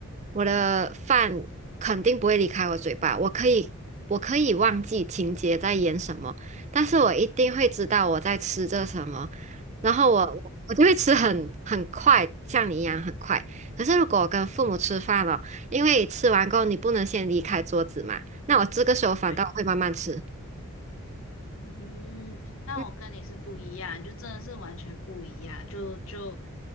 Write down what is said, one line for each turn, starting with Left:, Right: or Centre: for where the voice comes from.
Right: 我的饭肯定不会离开我嘴巴，我可以我可以忘记情节在演什么，但是我一定会知道我在吃着什么，然后我我就会吃很很快，像你一样很快。可是如果我跟父母吃饭了，因为吃完过后你不能先离开桌子嘛，那我这个时候反倒会慢慢吃。
Left: 对。嗯，那我跟你是不一样，
Right: 嗯，
Left: 就真的是完全不一样，就就